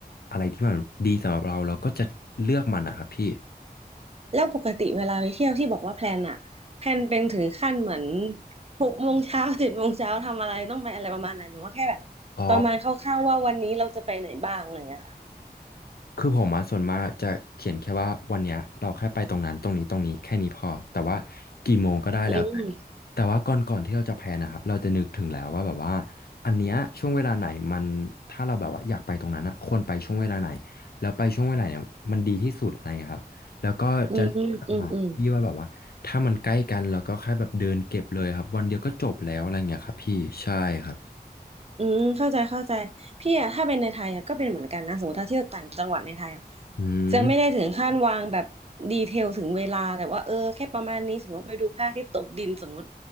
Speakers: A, on the left; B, on the right.
A: อะไรที่มันดีสำหรับเราเราก็จะเลือกมันนะครับพี่
B: แล้วปกติเวลาไปเที่ยวที่บอกว่าแพลนอะแพลนเป็นถึงขั้นเหมือนหกโมงเช้าเจ็ดโมงเช้าทำอะไรต้องไปอะไรประมาณไหนหรือว่าแค่แบบประมาณคร่าวๆว่าวันนี้เราจะไปไหนบ้างอะไรอย่างเงี้ย
A: อ๋อ คือผมมาส่วนมากจะเขียนแค่ว่าวันเนี้ยเราแค่ไปตรงนั้นตรงนี้ตรงนี้แค่นี้พอแต่ว่ากี่โมงก็ได้แล้ว
B: อืม
A: แต่ว่าก่อนก่อนที่เราจะแพลนนะครับเราจะนึกถึงแล้วว่าแบบว่าอันเนี้ยช่วงเวลาไหนมันถ้าเราแบบว่าอยากไปตรงนั้นอะควรไปช่วงเวลาไหนแล้วไปช่วงเวลาเนี่ยมันดีที่สุดอะไรอย่างเงี้ยครับแล้วก็จะสถานที่ว่าแบบว่าถ้ามันใกล้กันเราก็แค่แบบเดินเก็บเลยครับวันเดียวก็จบแล้วอะไรเงี้ยครับพี่ใช่ครับ
B: อืมอืมอืมอืมเข้าใจเข้าใจพี่อะถ้าเป็นในไทยอะก็เป็นเหมือนกันนะสมมติถ้าเที่ยวต่างจังหวัดในไทยอะ
A: อืม
B: จะไม่ได้ถึงขั้นวางแบบดีเทลถึงเวลาแต่ว่าเออแค่ประมาณนี้สมมติไปดูพระอาทิตย์ตกดินสมมติ